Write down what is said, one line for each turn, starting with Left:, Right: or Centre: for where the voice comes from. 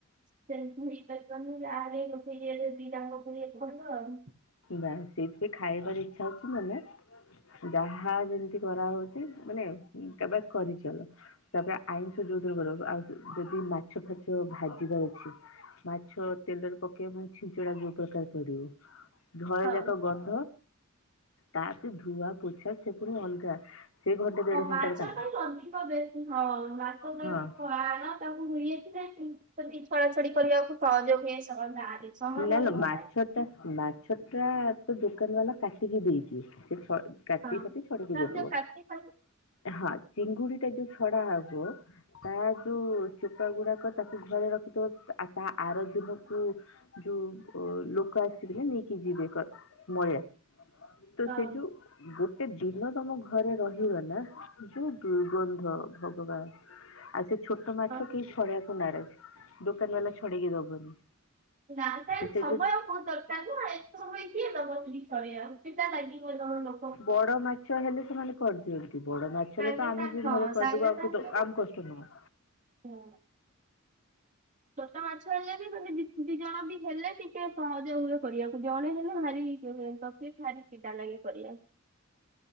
Right: ସେମିତି ହେଇପାରିବନି ଯାହେଲେ ଗୋଟେ ଇଏରେ ଦିଟା ଜାକ କରିବାକୁ ପଡିବ ଆଉ।
Left: ନାଁ ସେଇଥିପାଇଁ ଖାଇବାର ଇଚ୍ଛା ଅଛି ମାନେ ଯାହା ଯେମିତି କରାହଉଛି ମାନେ ତେବେ କରିଚାଲ। ତାପରେ ଆଇଁଷ ଯୋଉ ଦିନ କର ଆଉ ଯଦି ମାଛ ଫାଚ ଭାଜିବାର ଅଛି ମାଛ ତେଲରେ ପକେଇବ ମାନେ ଛିଞ୍ଚଡା ଯଉ ପ୍ରକାରେ ପଡିବ। ଘର
Right: ହଁ।
Left: ଯାକ ଗନ୍ଧ ତାପରେ ଧୂଆ ପୋଛା ସେ ପୁରା ଅଲଗା ସେ ଘଣ୍ଟେ ଦେଢ
Right: ହଁ
Left: ଘଣ୍ଟାର
Right: ମାଛ
Left: କାମ
Right: ପାଇଁ ଅଧିକ ବେଶୀ ହଁ ମାଛ ପାଇଁ
Left: ହଁ।
Right: ତ ଖାଳ <inaudible> ତାଙ୍କୁ ହୁଇ ଯାଇଥିଲେ ଯଦି ଛଳାଛଡି କରିବାକୁ ସହଯୋଗ ହୁଏ ସମୟ ବା ସମ
Left: ନା
Right: ଭାବେ
Left: ନା
Right: ତ
Left: ମାଛ
Right: ନାହିଁ।
Left: ମାଛ ଟା ତ ଦୋକାନ ବାଲା କାଟିକି ଦେଇଛିି ସେଛ କାତି
Right: ହଁ।
Left: ଫାତି ଛଡେଇକି
Right: ତାପରେ
Left: ଦେଇଦବ
Right: ଯୋଉ କାଟି ଫାଟି
Left: ହଁ ଚିଙ୍ଗୁଡି ଟା ଯୋଉ ଛଡା ହବ ତା ଯୋଉ ଚୋପା ଗୁଡାକ ତାକୁ ଘରେ ରଖିଥବ ତା ଆର ଦିନ ଯୋଉ ଯୋଉ ଲୋକ ଆସିବେ ନା ନେଇକି ଯିବେ କ ମଇଳା ତ
Right: ହଁ
Left: ସେ ଯୋଉ ଗୋ ଗୋଟେ ଦିନ ତମ ଘରେ ରହିଗଲା ଯୋଉ ଦୁର୍ଗନ୍ଧ ଭଗବାନ ଆଉ ସେ ଛୋଟ ମାଛ
Right: ହଁ
Left: କେହି ଛଡ଼େଇବାକୁ ନାରାଜ। ଦୋକାନି ବାଲା ଛଡେଇକି ଦବନି।
Right: ନା ତା
Left: ତ ସେ
Right: ସମୟ
Left: ଯୋଉ
Right: ବହୁତ ଦରକାର ଆଉ ଏତେ ସମୟ କିଏ ଦବ ବୋଲି ଛଡେଇବାକୁ ଚିଟା ଲାଗିବଜଣେ ଲୋ
Left: ବଡ଼ ମାଚ ହେଲେ ସେମାନେ କରିଦିଅନ୍ତି, ବଡ ମାଛ
Right: ସାଙ୍ଗେ
Left: ରେ ତ ଆମେ
Right: ସାଙ୍ଗ
Left: ବି ଘରେ
Right: ହଁ
Left: କରିଦବୁ
Right: ସାଙ୍ଗେ
Left: ଆମକୁ
Right: ସାଙ୍ଗ
Left: ଆମ କଷ୍ଟ ନୁହଁ।
Right: ହୁଁ। ଛୋଟ ମାଛ ହେଲେ ବି ଗୋଟେ ଦ ଦି ଜଣ ବି ହେଲେ ଟିକେ ସହଜ ହୁଏ କରିବାକୁ, ଜଣେ ହେଲେ ଭାରି ତକ୍ଲିପ୍ ଭାରି ଚିଡ଼ା ଲାଗେ କରିବା।